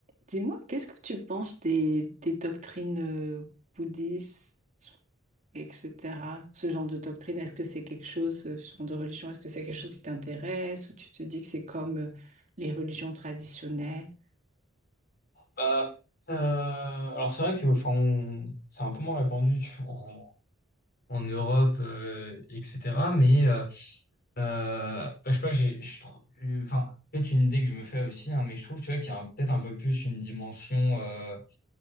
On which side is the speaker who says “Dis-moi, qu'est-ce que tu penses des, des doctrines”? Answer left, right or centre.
Right